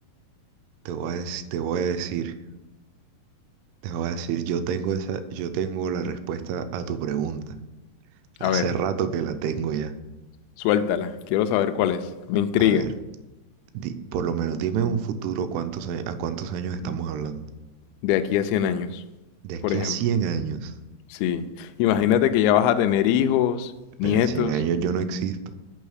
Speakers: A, on the right; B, on the left.
A: Te voy a, dec- te voy a decir, te voy a decir, yo tengo esa, yo tengo la respuesta a tu pregunta. Hace
B: A ver,
A: rato que la tengo ya.
B: suéltala. Quiero saber cuál es. Me intriga.
A: A ver, di- por lo menos dime un futuro cuántos, a a cuántos años estamos hablando.
B: De aquí a 100 años,
A: De aquí
B: por ejemplo.
A: a 100 años.
B: Sí. Imagínate que ya vas a tener hijos, nietos,
A: Pero en 100 años yo no existo.